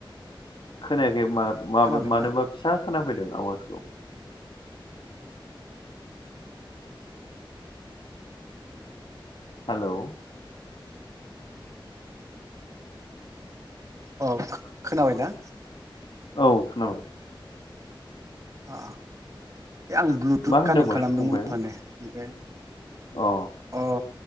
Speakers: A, on the left; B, on the right.
A: खोनायाखै मा-मा-मानोबा
B: खोनादोंना
A: फिसा खोनाफैदों आवाजखौ। हेलौ
B: अ खो-खोनाबाय ना?
A: औ खोनाबाय।
B: आ। ए आं ब्लुटुथ
A: मा होनदोंमोन
B: कानेक्ट खालामदोंमोन
A: फंबाया
B: माने ओमफाय
A: अ
B: अ